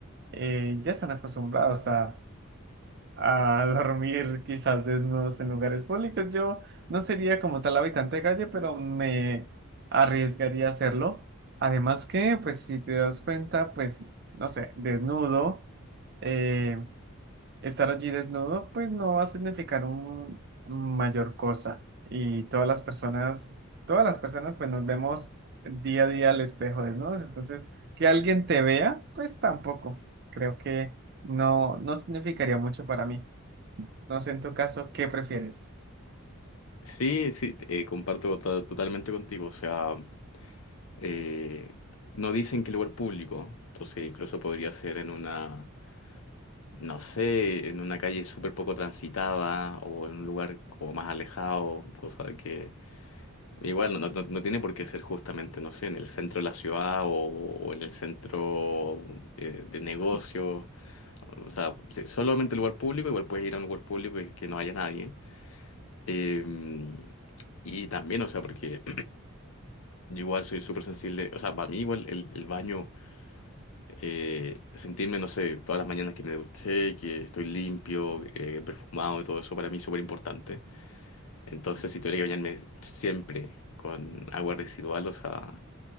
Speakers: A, on the right; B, on the left.
A: eh, ya están acostumbrados a a dormir quizás desnudos en lugares públicos. Yo no sería como tal habitante de calle, pero me arriesgaría a hacerlo. Además que, pues si te das cuenta, pues, no sé, desnudo, eh, estar allí desnudo, pues no va a significar un mayor cosa. Y todas las personas, todas las personas, pues nos vemos día a día al espejo desnudos. Entonces, que alguien te vea, pues tampoco. Creo que no, no significaría mucho para mí. No sé en tu caso, ¿qué prefieres?
B: Sí, sí, eh, comparto to- totalmente contigo. O sea, eh, no dicen que lugar público, entonces incluso podría ser en una, no sé, en una calle súper poco transitada o en un lugar como más alejado, cosa de que igual no, no- no no tiene por qué ser justamente, no sé, en el centro de la ciudad o, o en el centro eh, de negocio. O sea, si- solamente lugar público, igual puedes ir a un lugar público y que no haya nadie. Em, y también, o sea, porque Yo igual soy súper sensible, o sea, para mí igual el, el baño, eh, sentirme, no sé, todas las mañanas que me duché, que estoy limpio, eh, perfumado y todo eso, para mí es súper importante. Entonces, si tuviera que bañarme siempre con agua residual, o sea,